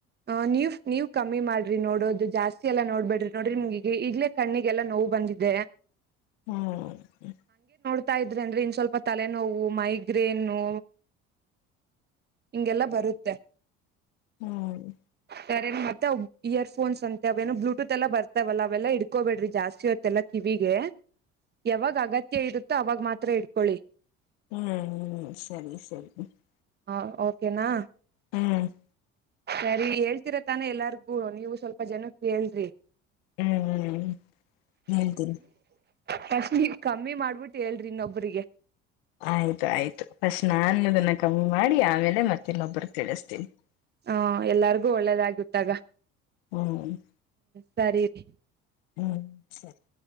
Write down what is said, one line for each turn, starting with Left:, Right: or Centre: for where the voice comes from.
Right: ಹ ನೀವ್ ನೀವ್ ಕಮ್ಮಿ ಮಾಡ್ರಿ ನೋಡೋದು ಜಾಸ್ತಿ ಎಲ್ಲಾ ನೋಡ್ಬೇಡ್ರಿ ನೋಡ್ರಿ ನಿಮ್ಗೆಗ ಈಗ್ಲೇ ಕಣ್ಣಿಗೆಲ್ಲಾ ನೋವು ಬಂದಿದೇ <unintelligible>
Left: ಹ್ಮ್ <unintelligible>
Right: ಹತಾ ಇದ್ರೆ ಅಂದ್ರೆ ಇನ್ ಸ್ವಲ್ಪ ತಲೆನೋವು ಮೈಗ್ರೇನು ಹಿಗೆಲ್ಲಾ ಬರುತ್ತೆ <unintelligible>
Left: ಹ್ಮ್ <unintelligible>
Right: ಸರೆ ಮತ್ತೆ ಇಯರ್ಫೋನ್ಸ್ ಅಂತೆ ಅವೇನು ಬ್ಲೂಟೂತ್ ಎಲ್ಲ ಬರ್ತಾವವಲ್ಲ ಅವೆಲ್ಲ ಇಡ್ಕೋಬೇಡ್ರಿ ಜಾಸ್ತಿ ಆತ್ತ ಎಲ್ಲ ಕಿವಿಗೆ <unintelligible> ಯಾವಾಗ ಆಗತ್ತ <unintelligible> ಇರುತ್ತೋ ಅವಾಗ ಮಾತ್ರ ಇಡ್ಕೊಳ್ಳಿ <unintelligible>
Left: ಹ್ಮ್ ಹ್ಮ್ ಸರಿ ಸರಿ <unintelligible>
Right: ಹ ಓಕೆನಾ <unintelligible>
Left: ಹ್ಮ್ <unintelligible>
Right: ಸರಿ ಹೇಳ್ತಿರ ತಾನ ಎಲ್ಲಾರ್ಗೂ ನೀವು ಸ್ವಲ್ಪ ಜನಕ್ಕೆ ಹೇಳ್ರಿ <unintelligible>
Left: ಹ್ಮ್ ಹ್ಮ್ ನನ್ಕರಿ <unintelligible>
Right: ಕಷ್ಟ ಕಮ್ಮಿ ಮಾಡ್ಬಿಟ್ಟು ಹೇಳ್ರಿ ಇನ್ನೊಬ್ರಿಗೆ <unintelligible>
Left: ಆಯ್ತು ಆಯ್ತು ಫಸ್ಟ್ ನಾನು ಅದನ್ನ ಕಮ್ಮಿ ಮಾಡಿ ಆಮೇಲೆ ಮತ್ತ ಇನ್ನೊಬ್ರ ತಿಳಿಸ್ತೀನಿ <unintelligible>
Right: ಹಾ ಎಲ್ಲರಿಗೂ ಒಳ್ಳೆದಾಗಿತ್ತಾಗ <unintelligible>
Left: ಹ್ಮ <unintelligible>
Right: ಸರಿ <unintelligible>
Left: ಹ್ಮ್ <unintelligible>